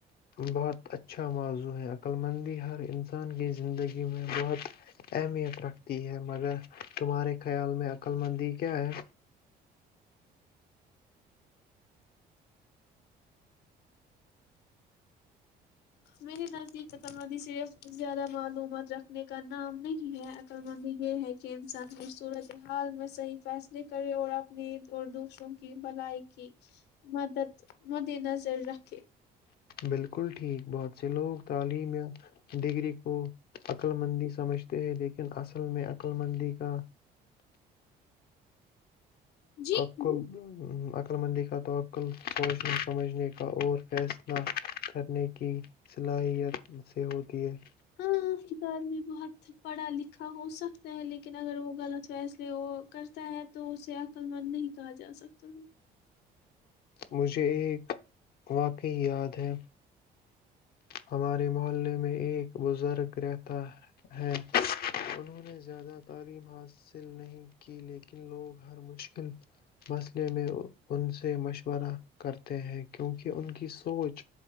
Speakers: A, on the left; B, on the left.
A: بہت اچھا موضوع ہے عقل مندی ہر انسان کی زندگی میں بہت اہمیت رکھتی ہے مگر تمہارے خیال میں عقللمندی کیا ہے
B: میرے نزدیک عقل مندی صرف زیادہ معلومات رکھنے کا نام نہیں ہے عقل مندی یہ ہے کہ انسان خب صورت حال میں صحیح فیصلے کرے اور اپنے اور دوسروں کی بھلائی کی مدد مد نظر رکھے
A: بالکل ٹھیک بہت ج سے لوگ تعلیم یا ڈگری کو عقللمندی سمجھتے ہیں لیکن اصل میں عقللمندی کا
B: جی
A: تو <unintelligible> عقلمندی کا توقل سوچنے سمجھنے کا اور فیصلہ کرنے کی صلاحیت سے ہوتی ہے
B: ہاں ایک آدمی بہت پڑھا لکھا ہو سکتا ہے لیکن اگر وہ غلط فیصلے کرتا ہے تو اسے عقل مند نہیں کہا جا سکتا
A: مجھے ایک واقعی یاد ہے ہمارے محلے میں ایک بزرگ رہتا ہے انہوں نے زیادہ تعلیم حاصل نہیں کی لیکن لوگ ہر مشکل مسئلے میں ان سے مشورہ کرتے ہیں کیونکہ ان کی سوچ